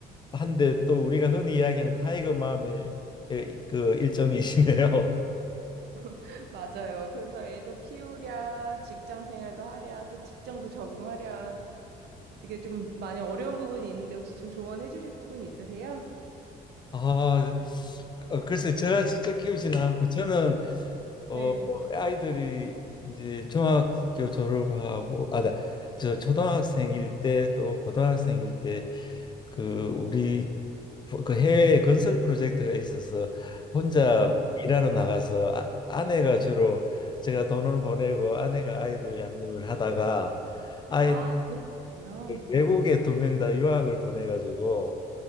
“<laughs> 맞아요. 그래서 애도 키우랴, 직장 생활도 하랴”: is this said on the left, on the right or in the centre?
Right